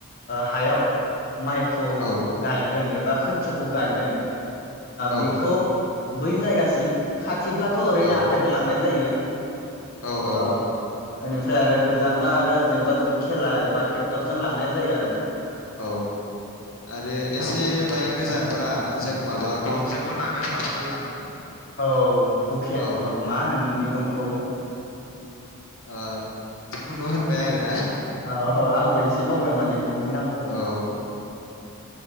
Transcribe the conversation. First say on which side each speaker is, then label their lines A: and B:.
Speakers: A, on the left (about 40°); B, on the left (about 60°).
A: हायाव माइखौ
B: औ
A: गाय गोन एबा खोथियाखौ गायगोन
B: औ
A: बेखौ बै जायगासिम खा थिब्लाथ
B: औ
A: ओरैनो लांनाय जायो
B: औ
A: ओ
B: औ।
A: बेनिफ्राय आरो गोजानबा आरो जेनेबा जों थेला एबा टेक्टरजों लांनाय जायो आरो ना।
B: औ आरो एसे बाइक गोजानबा जों माबा गनजोंबो लाङो फाफ्लियाव लानानै
A: औ। हुखे
B: औ
A: ओ मा होनोमोन बे गनखौ
B: आ जिखुनु होनबाय आरो
A: औ औ आंबो एसे बावबाय माने गननि नामखौ
B: औ